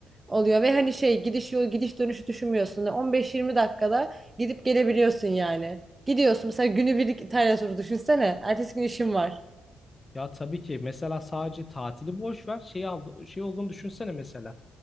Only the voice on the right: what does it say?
oluyor. Ve hani şey gidiş yol gidiş dönüşü düşünmüyorsun. yani 15-20 dakikada gidip gelebiliyorsun yani. Gidiyorsun mesela günübirlik İtalya turu düşünsene. Ertesi gün işin var.